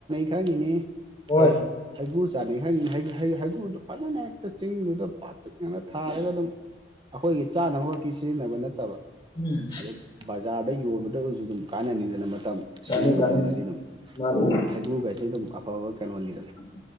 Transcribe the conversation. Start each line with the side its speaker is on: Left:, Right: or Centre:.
Right: ꯈꯪꯉꯤꯅꯦ
Left: ꯍꯣꯏ
Right: ꯍꯥꯏ ꯍꯩꯒꯨ ꯆꯥꯅꯩ ꯈꯪꯉꯤ ꯍꯩꯒꯨꯗꯨ ꯐꯖꯅ ꯍꯦꯛꯇ ꯆꯤꯡꯗꯨꯗ ꯄꯥꯠꯇꯛ ꯉꯅ ꯊꯥꯔꯒ ꯑꯗꯨꯝ ꯑꯩꯈꯣꯏꯒꯤ ꯆꯥꯅꯕ ꯁꯤꯖꯤꯟꯅꯕ ꯅꯠꯇꯕ
Left: ꯎꯝ
Right: ꯑꯗꯨꯝ ꯕꯖꯥꯔꯗ ꯌꯣꯟꯕꯗ ꯑꯣꯏꯔꯁꯨ ꯑꯗꯨꯝ ꯀꯥꯟꯅꯅꯤꯡꯗꯅ ꯃꯇꯝ
Left: ꯀꯥꯟꯅꯩ
Right: ꯁꯤꯖꯟ ꯃꯇꯝꯗꯗꯤ
Left: ꯀꯥꯟꯅꯩ
Right: ꯑꯗꯨꯝ
Left: ꯃꯥꯅꯤ
Right: ꯍꯩꯒ꯭ꯔꯨꯒꯩꯁꯦ ꯑꯗꯨꯝ ꯑꯐꯕ ꯀꯩꯅꯣꯅꯤꯗꯅꯤ
Left: ꯎꯝ